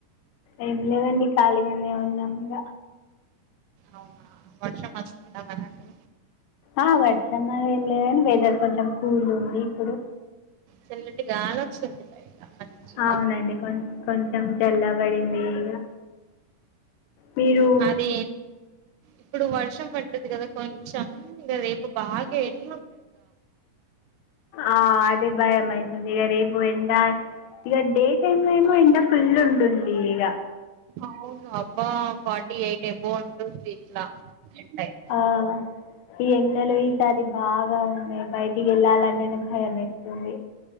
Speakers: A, on the left; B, on the right.
A: ఏం లేవండి ఖాళీగానే ఉన్నాం ఇగ
B: అవునా వర్షమస్తుందా మరటు
A: ఆ వర్షం ఆలా ఏం లేదుగాని వెదర్ కొంచెం కూల్ ఉంది ఇప్పుడు
B: చల్లటి గాలి వస్తుంది బయట మంచిగా
A: అవునండి కొన్ కొంచెం చల్లబడి మీరు మీరు
B: అది ఇప్పుడు వర్షం పడ్డది కదా కొంచెం ఇగ రేపు బాగా ఎన్
A: ఆ అదే భయమయ్తుంది ఇగ రేపు ఎండ ఇక డే టైమ్ లో ఏమో ఎండ ఫుల్ ఉంటుంది ఇగ
B: అవును అబ్బా ఫార్టీ ఎయిట్ ఎబో ఉంటుంది ఇట్లా ఎండయి
A: ఆ ఈ ఎండలు లు ఈసారి బాగా ఉన్నాయి బయట్ ఇంటికెళ్ళాలంటేనే భయమేస్తుంది